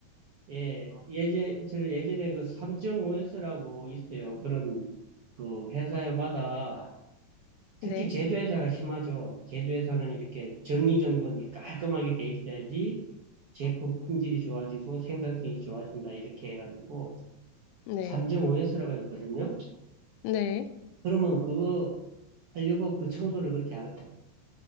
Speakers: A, on the right; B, on the left.
A: 예 예제 저 예전에 그 3.5S라고 있어요. 그런 그 회사마다 특히
B: 네,
A: 제조회사가 심하죠. 제조회사는 이렇게 정리정돈이 깔끔하게 돼 있어야지 제품 품질이 좋아지고 생산성이 좋아진다. 이렇게 해가지고
B: 네,
A: 3.5S라고 있거든요.
B: 네.
A: 그러면 그거 하려고 그 청소를 그렇게 하는 거예요.